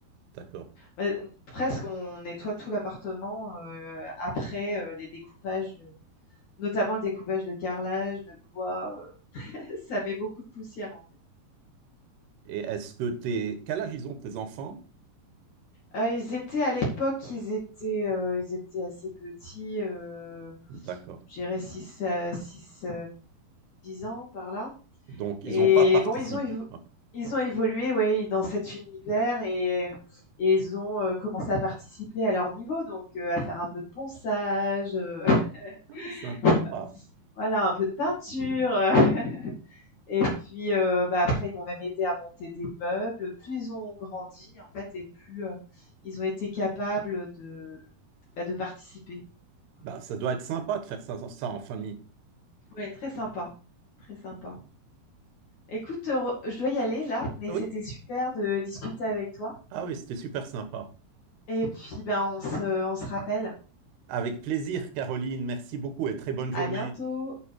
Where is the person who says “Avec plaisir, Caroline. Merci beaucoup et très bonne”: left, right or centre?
Right